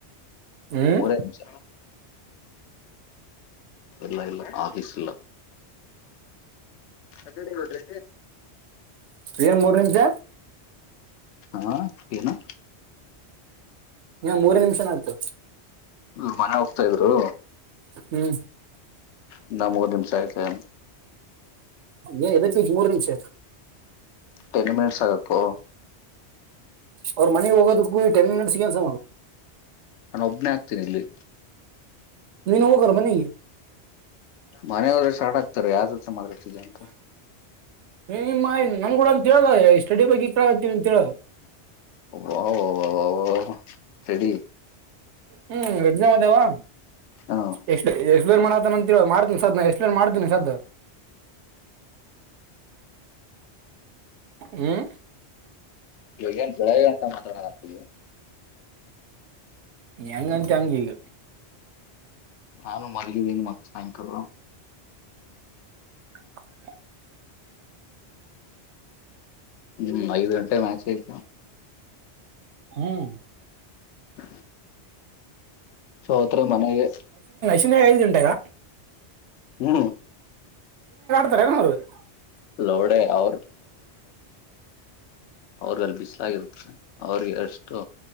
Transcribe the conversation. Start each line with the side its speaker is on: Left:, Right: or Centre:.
Right: ಹ್ಮ್
Left: ಮೂರೇ ನಿಮಷ. ಇಲ್ಲ ಆಫೀಸ್ ಇಲ್ಲ. ಸಕಡೆ ಹದ್ರ.
Right: ಏನ್ ಮೂರ್ ನಿಮಿಷ.
Left: ಹಾ ಏನು.
Right: ಮೂರ ನಿಮಿಷನ ಆಯ್ತು.
Left: ಇವ್ರ್ ಮನೆಗೆ ಹೋಗ್ತಾ ಇದ್ರು.
Right: ಹ್ಮ್
Left: ಇನ್ನ ಮೂರು ನಿಮಿಷ ಆಯ್ತಲೇ ಅಂತ.
Right: ಏ ಎದುಕ್ಕೆ ಇಯ್ತೆ ಮೂರು ನಿಮಿಷ.
Left: ಟೆನ್ ಮಿನಿಟ್ಸ್ ಆಗಕ್ಕೋ.
Right: ಅವ್ರ ಮನೆಗ್ ಹೋಗೋದಕ್ಕೂ ಟೆನ್ ಮಿನಿಟ್ಸ್ ಸಿಗಲ್ಸ.
Left: ನಾನು ಒಬ್ನೇ ಆಗ್ತೀನಿ ಇಲ್ಲಿ.
Right: ನೀನು ಹೋಗು ಅವ್ರು ಮನೆಗೆ.
Left: ಮನೆಯವದ ಶಾಡ್ ಆಗ್ತಾರ ಯಾವ್ದತ್ರ ಮಾಾತಿದೆ ಅಂತ.
Right: ನಿಮ್ಮ ನನ್ ಕೂಡ ಅಂತ ಹೇಳದ ಸ್ಟಡಿ ಬಗ್ಗೆ ಈ ಕ ಹ್ತೀವಿ ಅಂತ ಹೇಳುದು.
Left: ವ ವ ವ ವ ವ ಸಡಿ.
Right: ಹ್ಮ್ ಎಗ್ನ ಮದವಾ
Left: ಹಾ
Right: ಎಕ್ಸ್ ಎಕ್ಸ್ಪ್ಲೋರ್ ಮಾಡತ ಅಂತ ಮಾಡ್ತನಿ ಸದ್ದ ಎಕ್ಸ್ಪ್ಲೋರ್ ಮಾಡ್ತಿನಿ ಸದ್ದ ಹ್ಮ್
Left: ಹೇಗನ್ ಉಂಟ ಮತ್ತ <inaudible>
Right: ಹೆಂಗಂಂತೆಂಗ ಈಗ.
Left: ನಾನು ಮಲ್ಲಿಗಿದ್ದೀನಿ ಮತ್ ಸಾಯಂಕಾಲ.
Right: <inaudible>
Left: ಹ್ಮ ಐದು ಗಂಟೆಗೆ ಮ್ಯಾಚ್ ಐತಲಾ.
Right: ಹ್ಮ್.
Left: ಹ ಸೊ ಅವತ್ರ ಮನೆಗೆ
Right: ಶುನ್ನೆ ಐದು ಗಂಟೆಗ
Left: ಹ
Right: <unintelligible>
Left: ಲೋಡೆ ಅವ್ರ ಅವ್ರಗ ಅಲ್ಲಿ ಬಿಸ್ಲಾಗಿರುತ್ತೆ ಅವ್ರಿಗೆ ಅಷ್ಟು